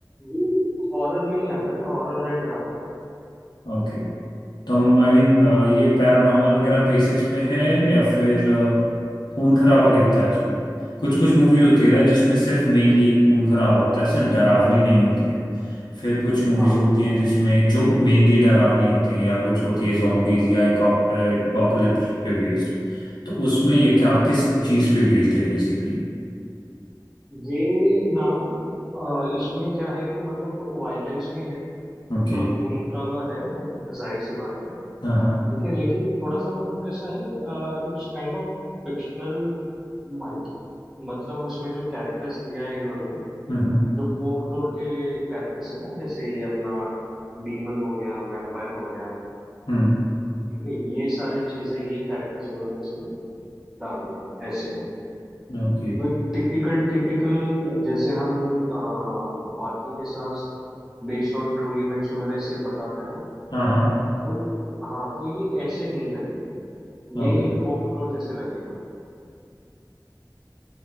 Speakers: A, in the centre; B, on the left.
A: ये हॉरर में ही आता है Horror and drama
B: ओके तो हम आई मीन
A: हाँ
B: ये पैरानॉर्मल वगैरह बेसिस पे है या फिर अ, खून खराबा कितना है इसमें कुछ कुछ मूवीज होती है ना
A: मत-
B: जिसमें सिर्फ मेनली खून खराबा होता है सिर्फ डरावनी नहीं होती है फिर कुछ मूवीज
A: हाँ
B: होती हैं जिसमें जो मेनली डरावनी होती हैं या कुछ होती है zombies या एपोकलिप्स पे बेस्ड तो उसमें ये क्या किस चीज पे बेस्ड है बेसिकली
A: ये ना अ, इसमें क्या है कि मतलब वायलेंस भी है
B: ओके
A: थोड़ा खून खराबा है जाहिर सी बात है
B: हाँ हाँ
A: ठीक है लेकिन थोड़ा सा मतलब कैसा है it's kind of fictional mytho मतलब उसमें जो कैरेक्टर्स लिया है इन्होंने
B: हम्म
A: जो फोकलोर के कैरेक्टर्स है ना जैसे ये अपना डीमन हो गया वैम्पायर हो गया
B: हम्म
A: ठीक है ये सारी चीजें ये कैरेक्टर्स उन्होंने उसमें डाल दिया ऐसे है
B: ओके
A: तो एक टिपिकल टिपिकल जैसे हम अ, बाकी के साथ बेस्ड ऑन ट्रू इवेंट्स वगैरह इसे बताते हैं ना
B: हाँ हाँ
A: तो हाँ तो ये ऐसे नहीं लगेगा ये
B: ओके
A: एक फोकलोर जैसे लगेगा